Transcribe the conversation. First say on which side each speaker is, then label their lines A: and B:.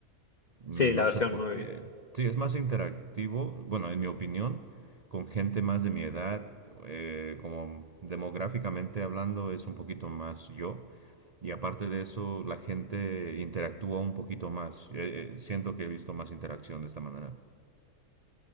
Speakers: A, on the right; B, on the left.
A: Mm,
B: Sí, la
A: No
B: versión
A: sé por
B: nueva.
A: qué. Sí, es más interactivo, bueno, en mi opinión, con gente más de mi edad, eh, como demográficamente hablando, es un poquito más yo. Y aparte de eso, la gente interactúa un poquito más. Eh, eh, siento que he visto más interacción de esta manera.